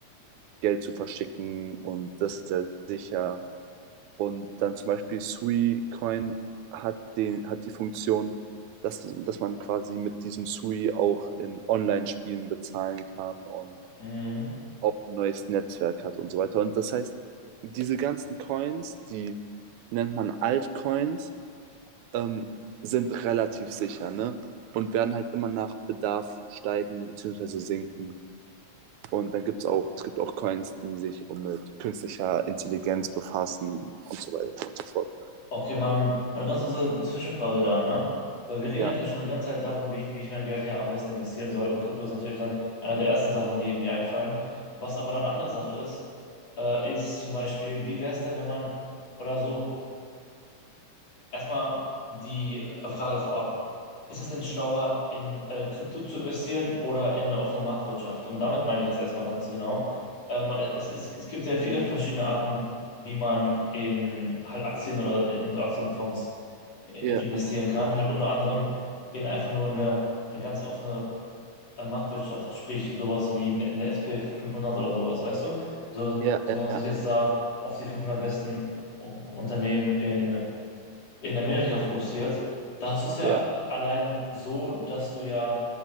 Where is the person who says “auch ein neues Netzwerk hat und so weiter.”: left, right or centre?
Right